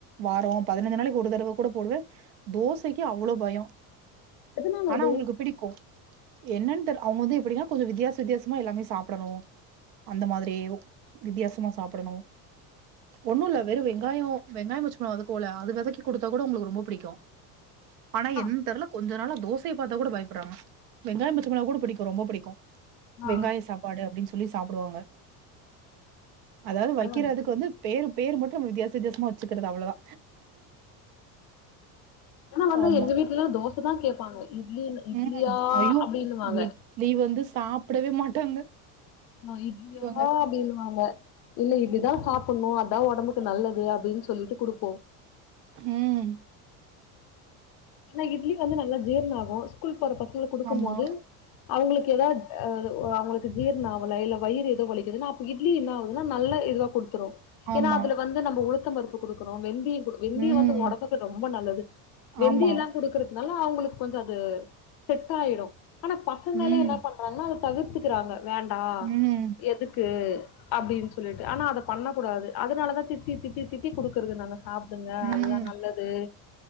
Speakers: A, on the right; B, on the left.
A: வார பதினஞ்சு நாளக்கி ஒரு தடவ கூட போடுவே தோசக்கி அவ்ளோ பயொ
B: எதனால
A: ஆனா
B: அது?
A: உங்களுக்கு பிடிக்கும் என்னன்னு தெர்ல அவன் எப்டின்னா கொஞ்சம் வித்தியாச வித்தியாசமா எல்லாமே சாப்டணும் அந்த மாரி வித்தியாசம் மா சாப்டணும் ஒண்ணும் இல்ல வெறும் வெங்காயம் வெங்காயம் மச்சம வதக்கல அது வதக்கி குடுத்தா கூட உங்களுக்கு ரொம்ப புடிக்கும் ஆனா
B: ஆ.
A: என்னனு தெர்ல கொஞ்ச நாளா தோசய பாத்தா கூட பயப்படுறாங்க வெங்காயம் பச்சமொளகா கூட புடிக்கும் ரொம்ப புடிக்கும்
B: ஆ
A: வெங்காயம் சாப்பாடு அப்டின்னு சொல் சொல்லி சாப்பிடுவாங்க அதாது
B: பரவாயில்லைங்களே
A: வைக்கிறத்துக்கு வந்து பேரு பேர் மட்டும் வித்தியாச வித்தியாசமா வெச்சக்கிறது அவ்வளவு தா
B: ஆனா வந்து
A: ஆமா.
B: எங்க வீட்டுல எல்லா வந்து தோசை இப்டி தா கேப்பாங்க இட்லி இட்லியா
A: ம் ஐயோ
B: அப்டின்னுவாங்க
A: இட்லி வந்து சாப்பிடவே மாட்டாங்க
B: அ இட்லியா
A: இவங்க.
B: அப்டின்னுவாங்கா இல்ல இட்லி தா சாப்பிடணும் அதா உடம்புக்கு நல்லது அப்டின்னு சொல்லிட்டு குடுப்போம்
A: ம்
B: ஏன்னா இட்லி வந்து நல்லா ஜீரண ஆகும் ஸ்கூல் ஒரு பசங்க குடுக்கும்
A: ஆமா,
B: போது அவுங்களுக்கு ஏதாது அவங்களுக்கு ஜீர்ண ஆவல வயிறு ஏதோ வலிக்குதுன்ன அப்போ இட்லி என்னகுதுன்னா நல்ல இதுவா குடுத்து ரும்
A: ஆமா.
B: ஏன்னா அதுல வந்து நம்ம உளுந் தம் பருப்பு குடுக்கறோம் வெந்தே வெந்தேயம்
A: ம்.
B: வந்து உடம்புக்கு ரொம்ப நல்லது வெந்தி
A: ஆமா.
B: எல்லா குடுக்குறது அதனால அவங்களுக்கு கொஞ்சம் அது செட் ஆயிடும் ஆனா பசங்களே
A: ம்.
B: என்ன பண்றாங்கன்னா அது தவிர்த்துக்கிறாங்க வேண்டாம்
A: ம்.
B: எதுக்கு அப்டின்னு சொல்லிட்டு ஆனா அதை பண்ணக்க கூடாது அதனால தான் திட்டி திட்டி திட்டி குடுக்குறது நாங்க சாப் பிடுங்க
A: ம்.
B: அது தா நல்லது